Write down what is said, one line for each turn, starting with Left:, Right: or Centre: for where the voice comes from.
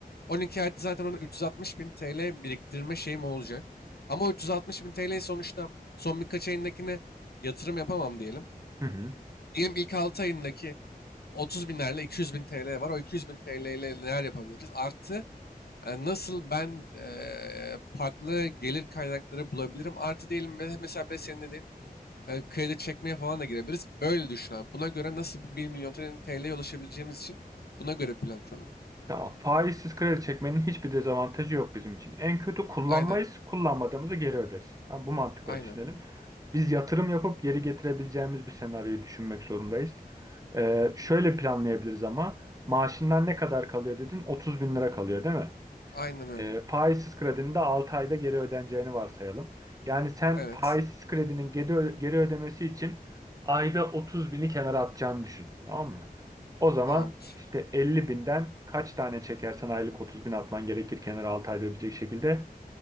Left: 12 ayda zaten onun 360 bin TL biriktirme şeyim olacak. Ama o 360 bin TL'yi sonuçta son birkaç ayındakine yatırım yapamam diyelim.
Right: Hı hı.
Left: Diyelim ilk 6 ayındaki 30 binlerle 200 bin TL var. O 200 bin TL ile neler yapabiliriz? Artı e, nasıl ben e, farklı gelir kaynakları bulabilirim? Artı diyelim be- mesela ben senin dediğin e, kredi çekmeye falan da girebiliriz. Böyle düşün abi. Buna göre nasıl bir 1 milyon TL TL'ye ulaşabileceğimiz için buna göre plan kuralım.
Right: Tamam. Faizsiz kredi çekmenin hiçbir dezavantajı yok bizim için. En kötü kullanmayız,
Left: Aynen.
Right: kullanmadığımızı geri öderiz. Tamam, bu mantıkla
Left: Aynen.
Right: düşünelim. Biz yatırım yapıp geri getirebileceğimiz bir senaryoyu düşünmek zorundayız. Ee, şöyle planlayabiliriz ama maaşından ne kadar kalıyor dedin? 30 bin lira kalıyor değil mi?
Left: Aynen öyle.
Right: E, faizsiz kredinin de 6 ayda geri ödeneceğini varsayalım. Yani sen
Left: Evet.
Right: faizsiz kredinin geri, ö- geri ödemesi için ayda 30 bini kenara atacağını düşün. Tamam mı? O zaman
Left: Tamamdır.
Right: işte 50 binden kaç tane çekersen aylık 30 bin atman gerekir kenara 6 ayda ödeyecek şekilde.